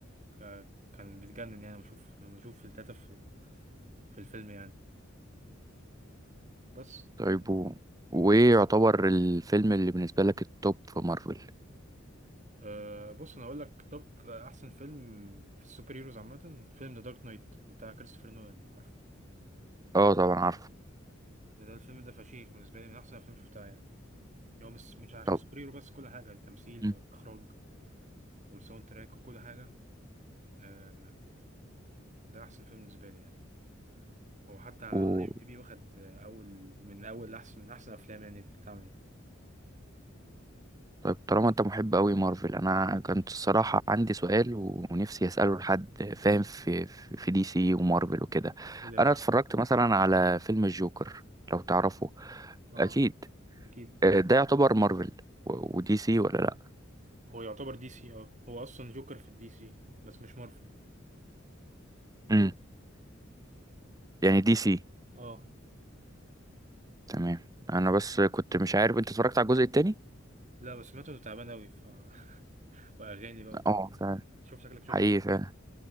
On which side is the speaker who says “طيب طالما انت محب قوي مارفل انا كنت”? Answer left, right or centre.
Right